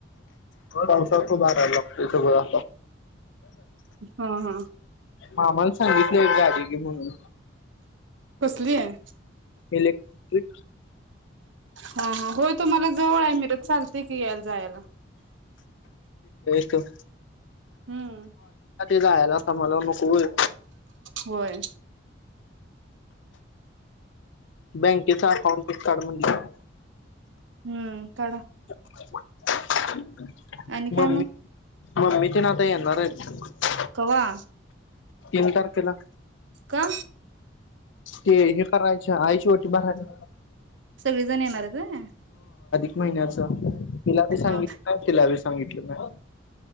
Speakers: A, on the left; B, on the right.
A: पावसात उभा राहिला इथं बगा,
B: हा हा
A: मामान. सांगितले, एक गाडी घे म्हणून.
B: कसली आहे.
A: इलेक्ट्रिक
B: हा हा होय, तुम्हाला जवळ आहे. <unintelligible> चालत की यायाला जायला.
A: थं.
B: हूं!
A: जायलाच आम्हाला नुक होय.
B: होय.
A: बँकेचा अकाउंट ते काढ म्हनंलं.
B: हूं काडा.
A: <inaudible>
B: आणि
A: मम्मी
B: काय मग?
A: मम्मी, तेन आता येणार आहेत.
B: कवा.
A: तीन तारखेला.
B: का?
A: ते हे करायच्या, आईची ओटी भरायले.
B: सगळे जण येणारेत व्हय?
A: महिन्याच. तिला, बी सांगितलं
B: हा
A: तिला, बी सं सांगितल म्या.